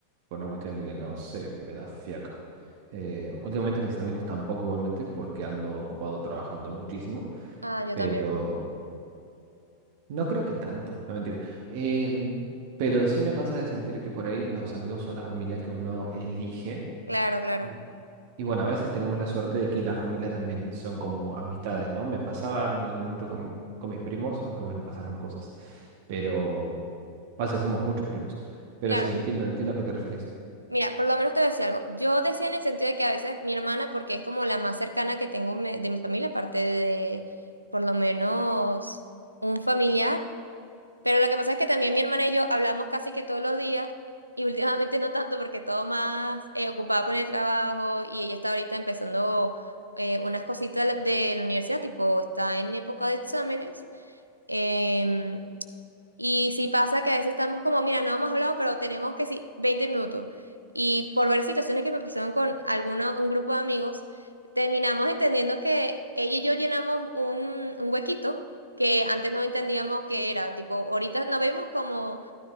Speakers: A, on the right (about 50°); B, on the right (about 80°).
A: por una cuestión de que no sé, me da fiaca. Eh, últimamente a mis amigos tampoco igualmente, porque ando ocupado trabajando muchísimo,
B: ah, yo
A: pero
B: también.
A: no creo que tanto, no mentira. Em, pero sí me pasa de sentir que por ahí los amigos son la familia que uno elige.
B: Claro, claro.
A: Y y bueno, a veces tenemos la suerte de que la familia también son como amistades, ¿no? Me pasaba en algún momento con, con mis primos, aunque bueno, pasaron cosas, pero... Pasa, que somos muchos primos. Pero
B: Claro.
A: sí, entiendo, entiendo a qué te referís.
B: Mira, por lo menos te voy a decir algo. Yo decía en el sentido de que a veces mi hermana, porque es como la más cercana que tengo me- de mi familia, aparte de por lo menos un familiar, pero lo que pasa es que también mi hermana y yo hablamos casi que todos los días y últimamente no tanto porque todo más eh, ocupado con el trabajo y ella está ahorita empezando eh, unas cositas de la de la universidad, tipo está en época de exámenes. em, y sí pasa que a veces estamos como, mira, no hemos hablado, pero tenemos que sí, 20 minutos. Y por varias situaciones que me pasaron con alguno, un grupo de amigos, terminamos entendiendo que ella y yo llenamos un, un huequito que antes no entendíamos que era. Tipo, ahorita nos vemos como